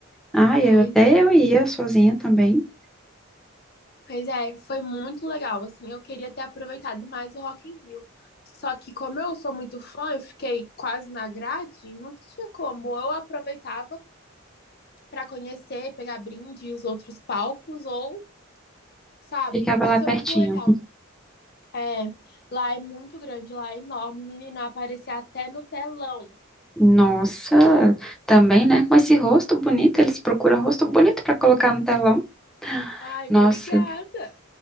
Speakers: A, in the centre; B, on the left (about 45°).
A: Ah, eu
B: Pois
A: até
B: é,
A: eu ia sozinha também.
B: pois é, foi muito legal. Assim, eu queria ter aproveitado mais o Rock in Rio. Só que como eu sou muito fã, eu fiquei quase na grade, não tinha como. Ou eu aproveitava para conhecer, pegar brinde e os outros palcos, ou, sabe?
A: Ficava
B: Mas
A: lá
B: foi
A: pertinho.
B: muito legal. É, lá é muito grande, lá é enorme. Menina, aparecia até no telão.
A: Nossa, também, né? Com esse rosto bonito, eles procuram rosto bonito pra colocar no telão.
B: Ai,
A: Nossa,
B: obrigada.